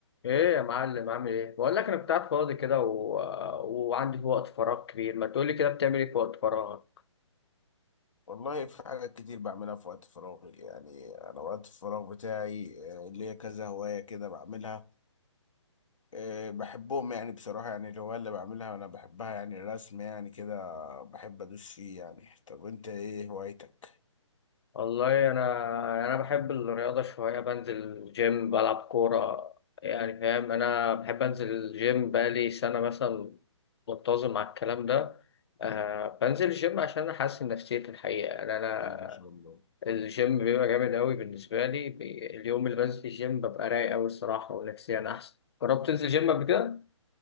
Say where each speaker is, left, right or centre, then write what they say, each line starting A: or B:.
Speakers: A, on the left; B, on the left.
A: ايه يا معلم عامل ايه بقول لك انا كنت قاعد فاضي كده و... وعندي وقت فراغ كبير ما تقولي كده بتعمل ايه في وقت فراغك
B: والله في حاجات كتير بعملها في وقت فراغي يعني أنا وقت الفراغ بتاعي آه، ليا كذا هواية كده بعملها آه، بحبهم يعني بصراحة يعني الهواية اللي بعملها أنا بحبها يعني الرسم يعني كده بحب أدوس فيه يعني طب أنت إيه هوايتك؟
A: والله انا انا بحب الرياضه شويه بنزل جيم بلعب كوره يعني فاهم انا بحب انزل الجيم بقالي سنه مثلا منتظم على الكلام ده آه بنزل الجيم عشان احسن نفسيتي الحقيقه يعني انا
B: الله ما شاء الله
A: الجيم بيبقى جامد قوي بالنسبه لي بي... اليوم اللي بنزل الجيم ببقى رايق قوي الصراحه ونفسيا احسن جربت تنزل جيم قبل كده